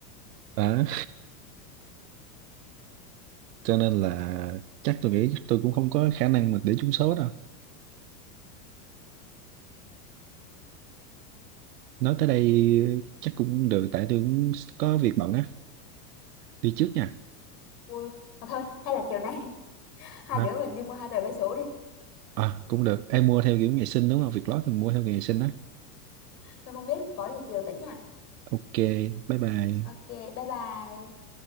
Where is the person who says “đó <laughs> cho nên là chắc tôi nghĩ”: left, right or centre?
Right